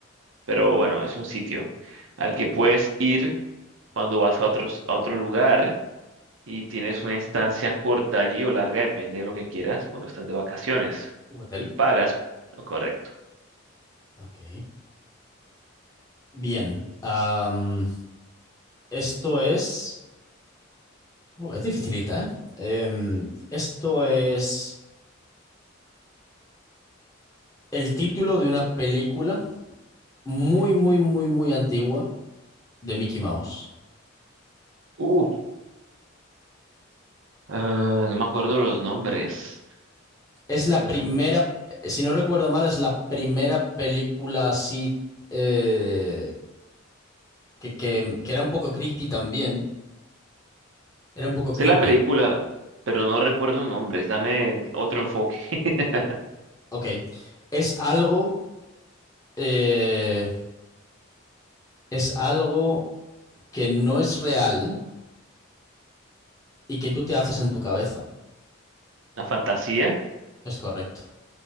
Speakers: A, on the right; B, on the left.
A: pero bueno, es un sitio al que puedes ir cuando vas a otros, a otro lugar y tienes una estancia corta allí o larga, depende de lo que quieras, cuando estás de vacaciones
B: Un hotel.
A: y pagas, lo correcto.
B: Ok. Bien. Am, esto es. Uh, es dificilita, ¿eh? Em, esto es el título de una película muy, muy, muy, muy antigua de Mickey Mouse.
A: Uf, ah, no me acuerdo los nombres,
B: Es
A: ha sido
B: la primera,
A: hace mucho tiempo.
B: si no recuerdo mal, es la primera película así eh, que, que- que era un poco creepy también. Era un poco
A: Sé
B: creepy.
A: la película, pero no recuerdo nombres, dame otro enfoque. <laughs>
B: Ok. Es algo, eh, es algo que no es real y que tú te haces en tu cabeza.
A: La fantasía,
B: Es correcto.